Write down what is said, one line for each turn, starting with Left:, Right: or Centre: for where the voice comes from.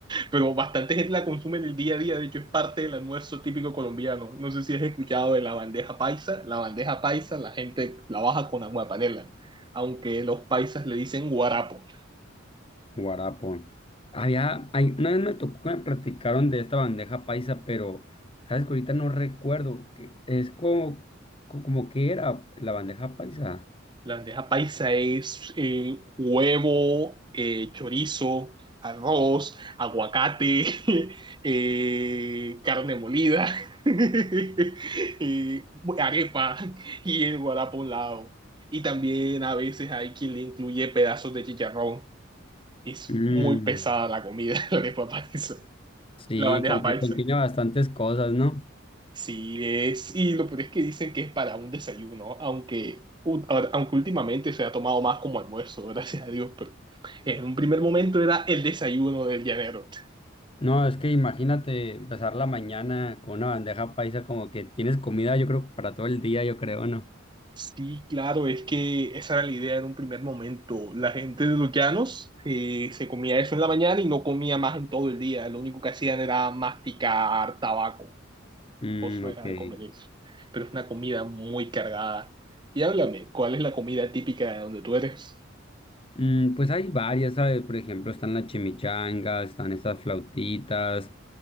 Right: pero bastante gente la consume en el día a día, de hecho es parte del almuerzo típico colombiano. No sé si has escuchado de la bandeja paisa, la bandeja paisa la gente la baja con agua de panela, aunque los paisas le dicen guarapo.
Left: Guarapo. Había, hay, una vez me tocó que me platicaron de esta bandeja paisa, pero sabes que ahorita no recuerdo, que es como, co- como que era la bandeja paisa.
Right: La bandeja paisa es eh, huevo, eh, chorizo, arroz, aguacate, <laughs> eh, carne molida, <laughs> eh, arepa y el guará por un lado. Y también a veces hay quien le incluye pedazos de chicharrón. Es
Left: Mm,
Right: muy pesada la comida, <laughs> la arepa paisa,
Left: sí,
Right: la bandeja
Left: como
Right: paisa.
Left: que contiene bastantes cosas, ¿no?
Right: Sí, es, y lo peor es que dicen que es para un desayuno, aunque, u- a- aunque últimamente se ha tomado más como almuerzo, <laughs> gracias a Dios, pero en un primer momento era el desayuno del llanero.
Left: No, es que imagínate empezar la mañana con una bandeja paisa, como que tienes comida, yo creo, para todo el día, yo creo, ¿no?
Right: Sí, claro, es que esa era la idea en un primer momento. La gente de los llanos eh, se comía eso en la mañana y no comía más en todo el día. Lo único que hacían era masticar tabaco,
Left: Mm,
Right: por eso
Left: ok.
Right: era de comer eso. Pero es una comida muy cargada. Y háblame, ¿cuál es la comida típica de donde tú eres?
Left: Mm, pues hay varias, ¿sabes? Por ejemplo, están las chimichangas, están esas flautitas,